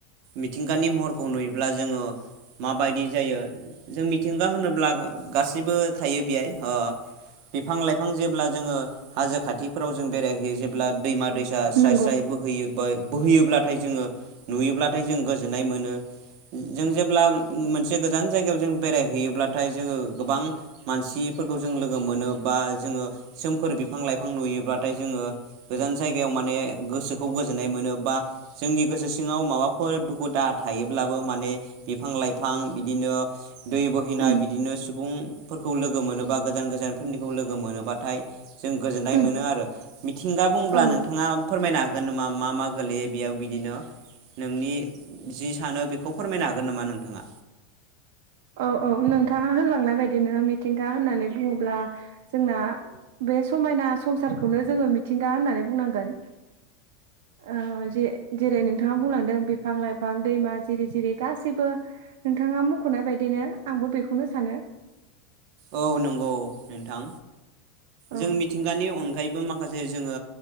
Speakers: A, on the right; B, on the right.
A: मिथिंगानि महरखौ नुयोब्ला जोङो माबायदि जायो। जों मिथिंगा होनोब्ला गासैबो थायो बेहाय ओ बिफां-लाइफां जेब्ला जोङो हाजो खाथिफोराव जों बेरायहैयो जेब्ला दैमा दैसा स्राय
B: नंगौ
A: -स्राय बोहैयो बोहैयोब्लाथाय जोङो नुयोब्लाथाय जों गोजोननाय मोनो। जों जेब्ला मोनसे गोजान जायगायाव जों बेरायहैयोब्लाथाय जोङो गोबां मानसिफोरखौ जों लो- गो मोनो बा जोङो सोमखोर बिफां-लाइफां नुयो ब्लाथाय जोङो गोजान जायगायाव माने गोसोखौ गोजोननाय मोनो बा जोंनि गोसो सिङाव माबाफोर दुखु दाहा थायोब्लाबो माने बिफां लाइफां बिदिनो दै बोहैनाय
B: उम
A: बिदिनो सुबुंफोरखौ लोगो मोनोबा गोजान-गोजान फोरनिखौ लोगो मोनोबा- थाय जों गोजोननाय
B: उम
A: मोनो आरो। मिथिंगा बुंब्ला
B: औ
A: नोंथाङा फोरमायना हागोन नामा मा मा गोलैयो बेयाव बिदिनो नोंनि जि सानो बे खौ फोरमायनो हागोन नामा नोंथाङा?
B: औ औ नोंथाङा होनलांनाय बादिनो मिथिंगा होननानै बुङोब्ला जोंना बे समायना संसारखौनो जोङो मिथिंगा होननानै बुंनांगोन ओ जे-जेरै नोंथाङा बुंलांदों बिफां-लाइफां, दैमा जिरि-जिरि गासैबो नोंथाङा मख'नाय बायदिनो आंबो बेखौनो सानो।
A: औ नंगौ नोंथां।
B: औ
A: जों मिथिंगानि अनगा- यैबो माखासे जोङो